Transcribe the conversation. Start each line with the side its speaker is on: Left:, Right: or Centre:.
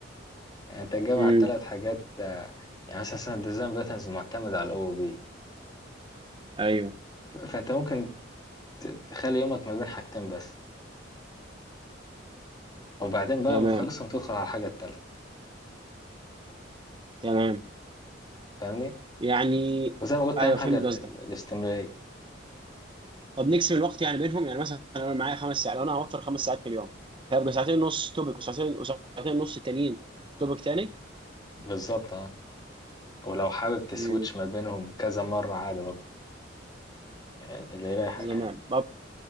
Left: يعني انت جامع
Right: امم
Left: ثلاث حاجات آه، يعني مثلا مثلا الديزاين باترنز معتمد على الاو بي
Right: ايوه
Left: فانت ممكن ت- تخلي يومك ما بين حاجتين بس وبعدين بقى
Right: تمام
Left: لما تخلصهم تدخل على الحاجة التالتة
Right: تمام
Left: فاهمني
Right: يعني
Left: وزي ما قلت
Right: ايوه
Left: اهم حاجة
Right: فهمت
Left: ال-
Right: قصدك
Left: ال- الاستمرارية
Right: طب نقسم الوقت يعني بينهم يعني مثلا انا معايا خمس ساعات لو انا هوفر خمس ساعات في اليوم هيبقى ساعتين ونص توبك وساعتين وساعتين ونص تانيين توبك تاني
Left: بالظبط اه ولو حابب تسويتش
Right: امم
Left: ما بينهم كذا مرة عادي برضه يعني اللي يريحك
Right: تمام
Left: يعني